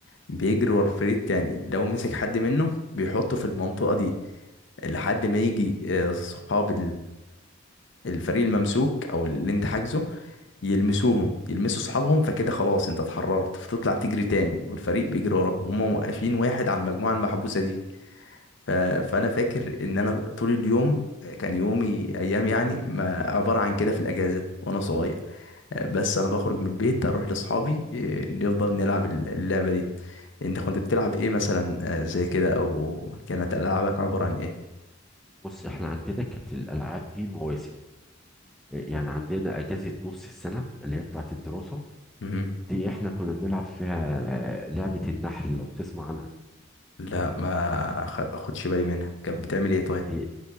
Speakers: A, on the left; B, in the centre.
A: بيجري ورا الفريق التاني لو مسك حد منه بيحطه في المنطقة دي لحد ما يجي آه، صحاب الفريق الممسوك او اللي انت حاجزه يلمسوهم يلمسوا اصحابهم فكده خلاص انت اتحررت فتطلع تجري تاني والفريق بيجري وراهم وهم موقفين واحد على المجموعه المحبوسه دي ف... فانا فاكر ان انا طول اليوم كان يومي ايام يعني ما عباره عن كده في الاجازه وانا صغير آه، بس انا بخرج من البيت اروح لاصحابي اه، نفضل نلعب الل- اللعبه دي انت كنت بتلعب ايه مثلا اه، زي كده او كانت العابك عباره عن ايه
B: بص احنا عندنا كانت الألعاب دي مواسم آه، يعني عندنا أجازة نص السنة اللي هي بتاعت الدراسة
A: امم
B: دي احنا كنا بنلعب فيها لعبة النحل لو تسمع عنها
A: لا ما خ- خدش بالي منها كانت بتعمل ايه طيب
B: دي